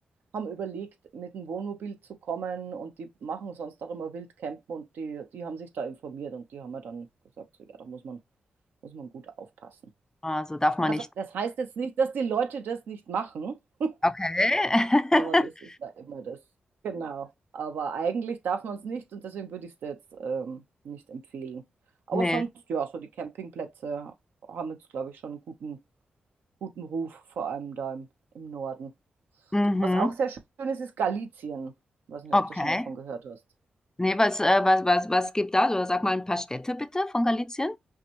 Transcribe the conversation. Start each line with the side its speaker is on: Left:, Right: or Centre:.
Right: haben überlegt, mit dem Wohnmobil zu kommen und die machen sonst auch immer Wildcampen und die, die haben sich da informiert und die haben mir dann gesagt, so ja, da muss man, muss man gut aufpassen.
Left: Also darf man
Right: Also
Left: nicht.
Right: das heißt jetzt nicht, dass die Leute das nicht machen, <laughs>
Left: Okay.
Right: aber das
Left: <laughs>
Right: ist da immer das. Genau. Aber eigentlich darf man es nicht und deswegen würde ich es jetzt ähm, nicht empfehlen. Aber
Left: Nee.
Right: sonst, ja, so die Campingplätze haben jetzt, glaube ich, schon einen guten, guten Ruf, vor allem da im, im Norden.
Left: Mhm.
Right: Was auch sehr schön ist, ist Galicien. Ich weiß nicht,
Left: Okay.
Right: ob du schon davon gehört hast.
Left: Nee, was, äh, was, was, was gibt da so? Sag mal ein paar Städte bitte von Galicien.